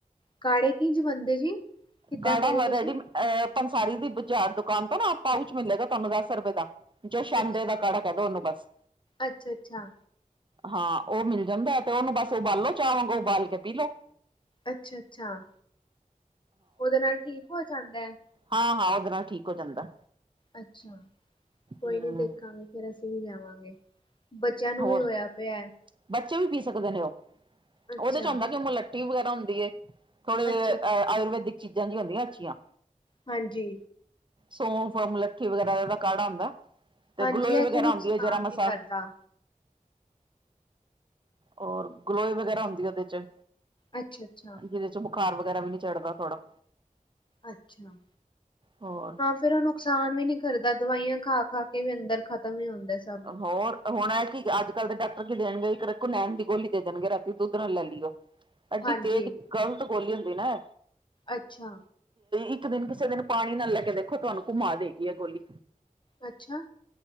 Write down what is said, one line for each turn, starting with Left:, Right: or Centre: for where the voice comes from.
Left: ਕਾੜੇ ਕਿੰਝ ਬਣਦੇ ਜੀ? ਕਿੱਦਾਂ
Right: ਕਾੜਾ
Left: ਕਹਿ ਰਹੇ ਤੁਸੀਂ
Right: ਰੈਡੀ ਏਪੰਸਾਰੀ ਦੀ ਬਾਜ਼ਾਰ, ਦੁਕਾਨ ਤੋਂ ਨਾ ਪਾਊਚ ਮਿਲੇਗਾ ਤੁਹਾਨੂੰ ਦਸ ਰੁਪਏ ਦਾ। ਜੋਛਾਂਦੇ
Left: ਅੱਛਾ
Right: ਦਾ ਕੜਾ ਕਹ ਦੋ ਉਹਨੂੰ ਬਸ।
Left: ਅੱਛਾ ਅੱਛਾ
Right: ਹਾਂ ਉਹ ਮਿਲ ਜਾਂਦਾ ਏ, ਤੇ ਉਹਨੂੰ ਬਸ ਉਬਾਲੋ ਚਾਅ ਵਾਂਗ ਉਬਾਲ ਕੇ ਪੀ ਲੋੋ।
Left: ਅੱਛਾ- ਅੱਛਾ, ਉਹਦੇ ਨਾਲ ਠੀਕ ਹੋ ਜਾਂਦਾ ਏ।
Right: ਆ, ਹਾਂ, ਉਹਦੇ ਨਾਲ ਠੀਕ ਹੋ ਜਾਂਦਾ।
Left: ਅੱਛਾ ਕੋਈ
Right: ਹਮ
Left: ਨਹੀਂ ਦੇਖਾਂਗੇ ਫੇਰ ਅਸੀਂ ਵੀ ਲੇ ਆਵਾਂਗੇ। ਬੱਚਿਆਂ ਨੂੰ
Right: ਹੋਰ
Left: ਵੀ ਹੋਇਆ ਰਿਆ ਏ।
Right: ਬੱਚੇ ਵੀ ਪੀ ਸਕਦੇ ਨੇ ਉਹ।
Left: ਅੱਛਾ
Right: ਉਹਦੇ ਚ ਹੁੰਦਾ ਕਿ ਮੁਲੱਠੀ ਵਗੈਰਾ ਹੁੰਦੀ ਏ। ਥੋੜੇ
Left: ਅੱਛਾ
Right: ਅ
Left: ਅੱਛਾ
Right: ਆਯੁਰਵੈਦਿਕ ਚੀਜ਼ਾਂ ਦੀਆਂ ਹੁੰਦੀਆਂ ਅੱਛੀਆਂ।
Left: ਹਾਂਜੀ।
Right: ਸੌਂਫ, ਮਲੱਠੀ ਵਗੈਰਾ ਇਹ ਦਾ ਕਾੜਾ ਹੁੰਦਾ, ਤੇ
Left: ਹਾਂਜੀ
Right: ਗਲੋਏ
Left: ਇਹ
Right: ਵਗੈਰਾ
Left: ਤੇ ਨੁਕਸਾਨ
Right: ਹੁੰਦੀ ਹੈ ਜਰਾ ਮਾਸਾ।
Left: ਨੀ ਕਰਦਾ
Right: ਔਰ ਗਲੋਏ ਵਗੈਰਾ ਹੁੰਦੀ ਹੈ ਉਹਦੇ ਚ,
Left: ਅੱਛਾ-ਅੱਛਾ,
Right: ਜਿਹਦੇ ਚ ਬੁਖਾਰ ਵਗੈਰਾ ਵੀ ਨੀ ਚੜਦਾ ਥੋੜਾ
Left: ਅੱਛਾ।
Right: ਹੋਰ
Left: ਫੇਰ ਉਹ ਨੁਕਸਾਨ ਵੀ ਨੀ ਕਰਦਾ। ਦਵਾਈਆਂ ਖਾ- ਖਾ ਕੇ ਵੀ ਅੰਦਰ ਖ਼ਤਮ ਹੀ ਹੁੰਦਾ ਸਭ।
Right: ਹੋਰ ਹੁਣ ਹੈ ਕਿ ਅੱਜ ਕੱਲ ਦੇ ਡਾਕਟਰ ਕੀ ਦੇਣਗੇ ਇੱਕ ਰਕੋਨੈਣ ਦੀ ਗੋਲੀ ਦੇ ਦੇਣਗੇ ਰਾਤੀ ਦੁੱਧ ਨਾਲ ਲੈ ਲਿਓ ਐਡੀ
Left: ਹਾਂਜੀ,
Right: ਤੇਜ਼ ਗ਼ਲਤ ਗੋਲੀ ਹੁੰਦੀ ਹਨਾ
Left: ਅੱਛਾ
Right: ਇੱਕ ਦਿਨ ਕਿਸੇ ਦਿਨ ਪਾਣੀ ਨਾਲ ਲੈ ਕੇ ਦੇਖੋ ਤੁਹਾਨੂੰ ਘੁੰਮਾ ਦੇਗੀ ਆ ਗੋਲੀ
Left: ਅੱਛਾ